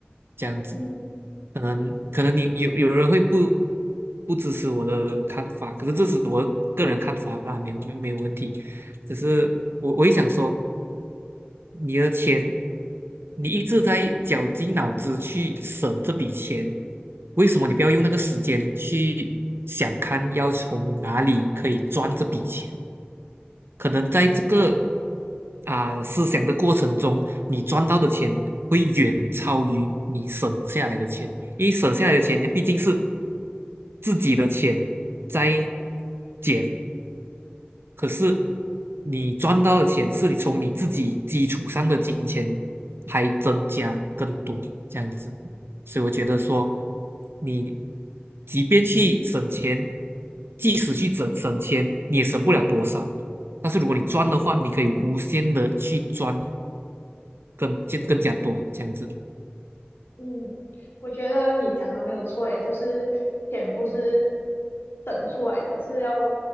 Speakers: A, on the right; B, on the left.
A: 这样子。
B: 嗯，
A: 可能可能你有有人会不不支持我的看法，可是这是我个人看法啦，没没有问题。只是我我会想说。你的钱，你一直在绞尽脑汁去省这笔钱，为什么你不要用那个时间去想看要从哪里可以赚这笔钱？可能在这个啊、思想的过程中，你赚到的钱会远超于你省下来的钱，因为省下来的钱，你毕竟是自己的钱在减。可是你赚到的钱是你从你自己基础上的金钱还增加更多这样子，所以我觉得说，你即便去省钱，即使去省省钱，你也省不了多少。但是如果你赚的话，你可以无限的去赚更更更加多这样子。
B: 嗯，我觉得你讲的没有错，诶，就是钱不是省出来的，是要